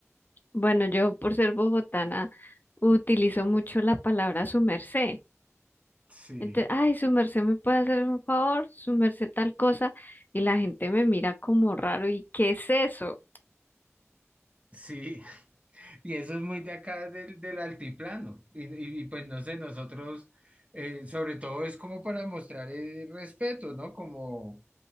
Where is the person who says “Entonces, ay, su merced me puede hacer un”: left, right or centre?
Left